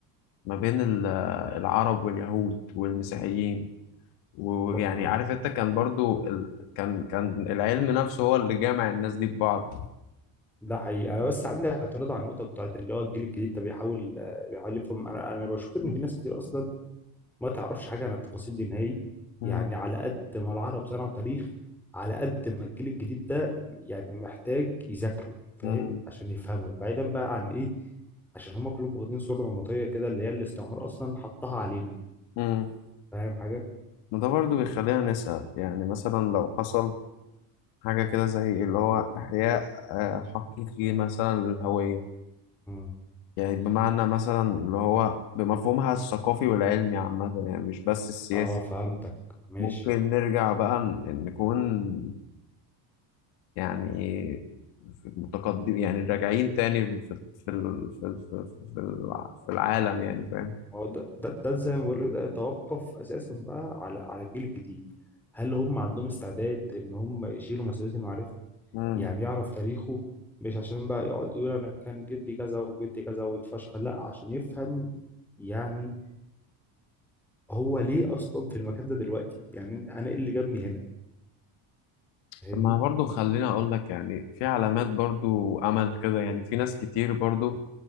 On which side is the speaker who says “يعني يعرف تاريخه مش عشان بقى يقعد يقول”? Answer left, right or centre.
Centre